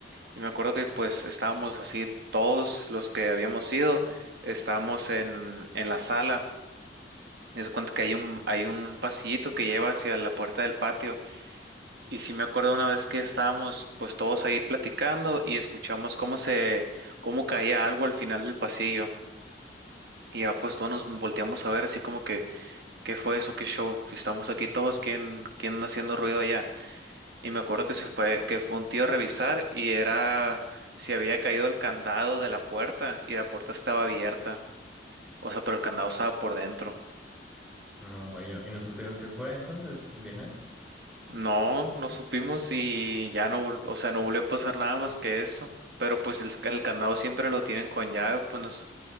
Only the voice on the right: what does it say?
Y me acuerdo que pues estábamos así, todos los que habíamos ido, estábamos en, en la sala. Me cuenta que hay un, hay un pasillito que lleva hacia la puerta del patio. Y sí me acuerdo una vez que estábamos pues todos ahí platicando y escuchamos cómo se, cómo caía algo al final del pasillo. Y ya pues todos nos volteamos a ver así como que, ¿qué fue eso? ¿Qué show? Si estamos aquí todos, ¿quién, quién anda haciendo ruido allá? Y me acuerdo que se fue, que fue un tío a revisar y era si había caído el candado de la puerta y la puerta estaba abierta. O sea, pero el candado estaba por dentro.
No, no supimos y ya no, vol- o sea, no volvió a pasar nada más que eso. Pero pues el, el candado siempre lo tienen con llave, pues no, s-